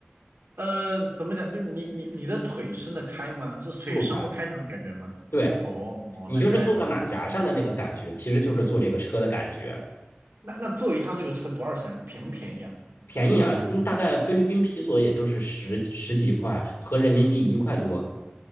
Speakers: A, on the right; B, on the left.
A: 呃，怎么讲？就是你你你的腿伸得开吗？是腿伸不开那种感觉吗？
B: 撑不开。对。
A: 哦哦，
B: 你就是坐在马甲上的那个感觉，
A: 那原来如此。
B: 其实就是坐这个车的感觉，
A: 那那坐一趟这个车多少钱啊便不便宜啊？
B: 便宜啊，嗯大概菲律宾皮索也就是十十几块，合人民币一块多，